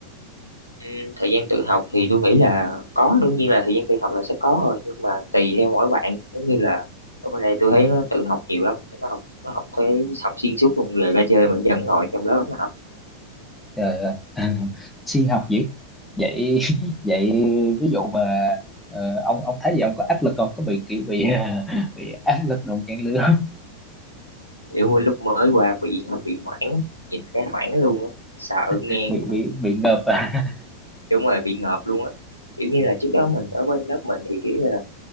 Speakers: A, on the left; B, in the centre.
A: Ừ, thời gian tự học thì tôi nghĩ là có đương nhiên là thời gian tự học là sẽ có rồi nhưng mà tùy theo mỗi bạn giống như là ở bên đây tôi thấy nó tự học nhiều lắm nó học nó học thế học xuyên suốt luôn rồi ra chơi mà vẫn ngồi trong lớp nó học
B: trời ơi <laughs> siêng học dữ vậy <laughs> vậy ví dụ mà ờ, ông ông thấy vậy ông có áp lực không có bị kiểu bị <laughs> bị áp lực đồng trang lứa không?
A: kiểu mỗi lúc mới qua bị bị hoảng nhìn cái hoảng luôn á sợ nghe
B: <laughs> bị bị bị ngợp à?
A: đúng rồi bị ngợp luôn á kiểu như là trước đó mình ở bên lớp mình thì kiểu như là